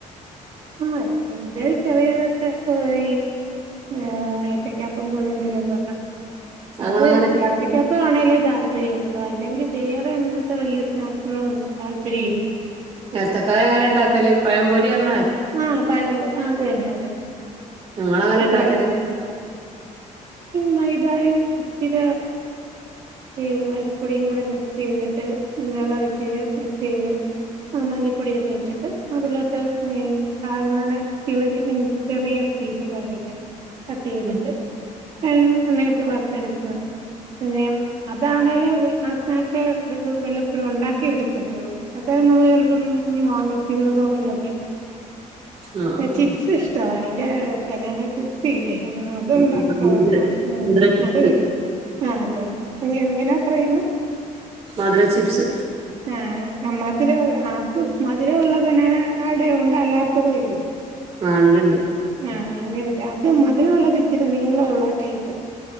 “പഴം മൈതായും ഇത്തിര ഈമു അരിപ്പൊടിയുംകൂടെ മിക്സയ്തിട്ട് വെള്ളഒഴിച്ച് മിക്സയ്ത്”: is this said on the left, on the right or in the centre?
Right